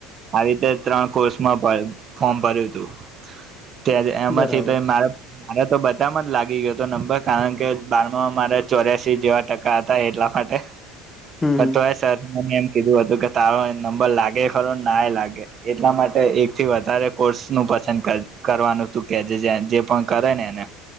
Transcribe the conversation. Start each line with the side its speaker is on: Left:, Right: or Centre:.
Right: આવી રીતે ત્રણ કોર્સમાં ફોર્મ ભર્યું હતું ત્યા એમાંથી
Left: બરાબર
Right: મારા મારા બત લાગી ગયો હતો નંબર કારણ કે બારમા મારા ચોર્યાસી જેવા ટકા હતા એટલા માટે
Left: હમ
Right: પ
Left: હમ
Right: તો એ સરમ કીધું હતું કે તારો નંબર લાગે ખરો ના એ લાગે એટલા માટે એક થી વધારે કોર્સ નું પસંદ કરવાનું તું કે જે જે પણ કરે નેને